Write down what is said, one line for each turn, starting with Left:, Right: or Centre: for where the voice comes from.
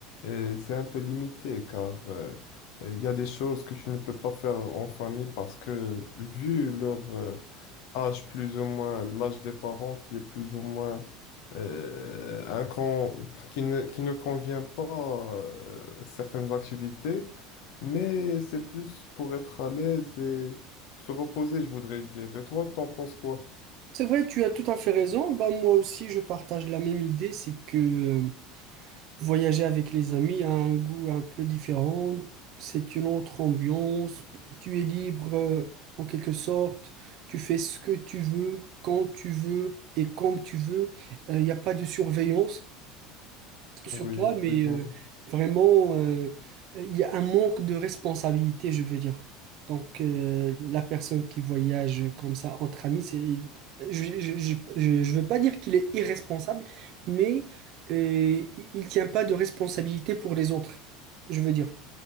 Left: euh, c'est un peu limité car euh, euh, Il y a des choses que tu ne peux pas faire en famille parce que vu leur euh, âge plus ou moins, l'âge des parents qui est plus ou moins euh, un con- qui ne, qui ne convient pas euh, certaines activités, mais c'est plus pour être à l'aise et se reposer, je voudrais dire. Et toi, t'en penses quoi?
Right: C'est vrai, tu as tout à fait raison, bah moi aussi je partage la même idée, c'est que Voyager avec les amis a un goût un peu différent, c'est une autre ambiance, tu es libre euh, en quelque sorte, tu fais ce que tu veux, quand tu veux et comme tu veux, Euh, il n'y a pas de surveillance sur
Left: Oui,
Right: toi, mais
Left: plus
Right: euh,
Left: ou moins.
Right: vraiment, euh, il y a un manque de responsabilité, je veux dire. Donc, euh, la personne qui voyage comme ça entre amis, c'est, il- je, je, je, je- je veux pas dire qu'il est irresponsable, mais euh, il il tient pas de responsabilité pour les autres, je veux dire.